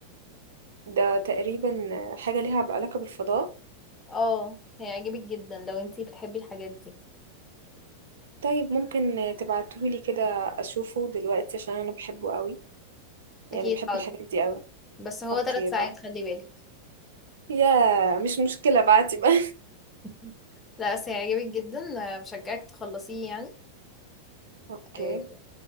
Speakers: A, on the right; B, on the left.
A: ده تقريبا حاجة ليها علاقة بالفضاء
B: اه هيعجبك جدا لو انتي بتحبي الحاجات دي
A: طيب ممكن تبعتهولي كده أشوفه دلوقتي عشان أنا بحبه قوي يعني
B: اكيد
A: بحب
B: حاضر
A: الحاجات دي قوي
B: بس هو
A: أوكي
B: ثلاث ساعات
A: بقى
B: خلي بالك
A: يا مش مشكلة بعتي بقى.
B: <laughs> لا بس هيعجبك جدا آه، بشجعك تخلصيه يعني
A: اوكي
B: آه،